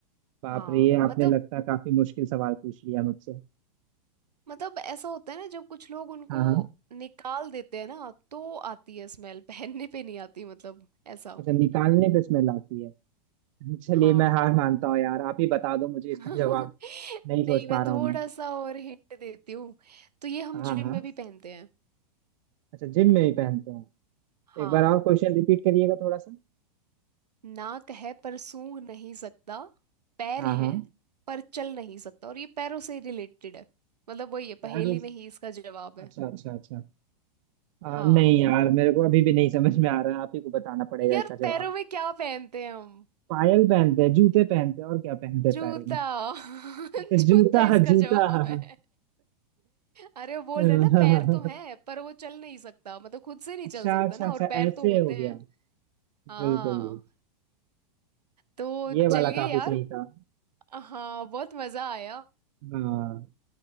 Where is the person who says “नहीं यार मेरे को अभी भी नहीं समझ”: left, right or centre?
Right